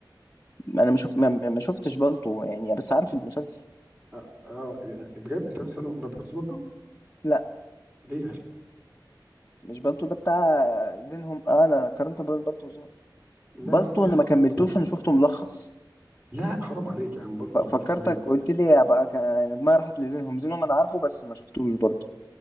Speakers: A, on the left; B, on the right.
A: انا ما شوف ما ما شفتش بالطو يعني بس عارف المسلسل
B: اه آه، بجد انت اصلا ما بتلبس بالطو
A: لا
B: ليه يا اخي
A: مش بالطو ده بتاع زينهم آه انا قارنت بين بالطو وزينهم
B: لا
A: بالطو
B: لا لا
A: انا ما كملتوش
B: بالطو.
A: انا شفته ملخص
B: لا حرام عليك يا عم بالطو
A: ف- فكرتك
B: بالطو ده جامد
A: قلت لي يا بقى كان يعني دماغي راحت لزينهم زينهم انا عارفه بس ما شفتوش برضو